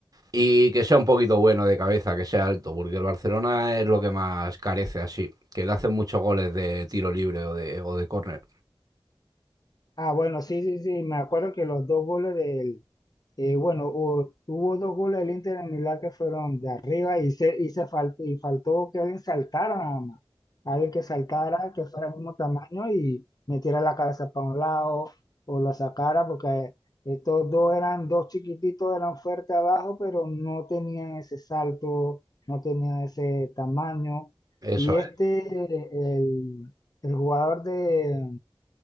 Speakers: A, on the right; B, on the left.
A: y que sea un poquito bueno de cabeza, que sea alto, porque el Barcelona es lo que más carece así, que le hacen muchos goles de tiro libre o de, o de córner.
B: Ah, bueno, sí, sí, sí, me acuerdo que los dos goles del, Eh, bueno, hu- hubo dos goles del Inter en Milán que fueron de arriba y, se, y, se fal- y faltó que alguien saltara nada más. Alguien que saltara, que fuera del mismo tamaño y metiera la cabeza para un lado o lo sacara, porque estos dos eran dos chiquititos, eran fuertes abajo, pero no tenían ese salto, no tenían ese tamaño.
A: Eso
B: Y este,
A: es.
B: eh, el, el jugador de,